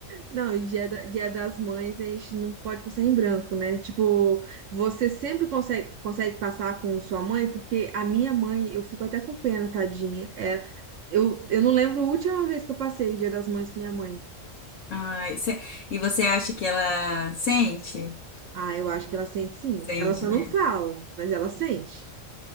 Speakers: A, on the right; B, on the left.
A: Não, e dia, da- dia das mães a gente não pode passar em branco, né? Tipo, você sempre consegue, consegue passar com sua mãe, porque a minha mãe, eu fico até com pena, tadinha. É, eu, eu não lembro a última vez que eu passei o dia das mães com minha mãe.
B: Ai, cê- e você acha que ela sente?
A: Ah, eu acho que ela sente sim.
B: Sente,
A: Ela só
B: né?
A: não fala, mas ela sente.